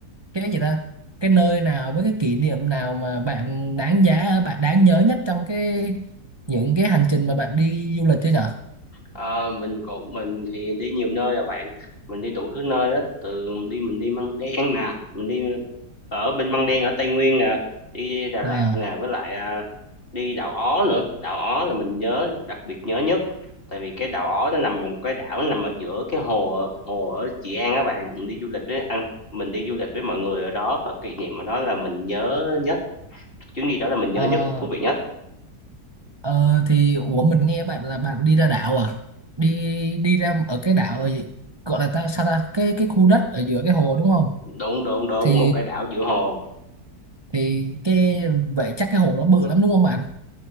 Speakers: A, on the right; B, on the left.
A: cái gì ta cái nơi nào với cái kỷ niệm nào mà bạn đáng giá bạn đáng nhớ nhất trong cái những cái hành trình mà bạn đi du lịch chưa nhở
B: Ờ, mình còn mình thì đi nhiều nơi rồi bạn. Mình đi đủ thứ nơi đó từ đi mình đi Măng Đen nè, mình đi Ở bên Măng Đen ở Tây Nguyên nè, đi Đà Lạt
A: à
B: nè, với lại, à, đi đảo Ó nữa. Đảo Ó là mình nhớ đặc biệt nhớ nhất, tại vì cái đảo Ó nó nằm ở một cái đảo nằm ở giữa cái hồ hồ ở Trị An các bạn. Mình đi du lịch với anh mình đi du lịch với mọi người ở đó và kỷ niệm ở đó là mình nhớ nhất, chuyến đi đó là mình nhớ
A: ờ,
B: nhất, thú vị nhất.
A: ờ, thì ủa mình nghe bạn là bạn đi ra đảo à đi đi ra ở cái đảo ở gì gọi là ta sao ta cái cái khu đất ở giữa cái hồ đúng không
B: Đúng, đúng, đúng,
A: thì
B: một cái đảo giữa hồ,
A: thì cái vậy chắc cái hồ nó bự lắm đúng không bạn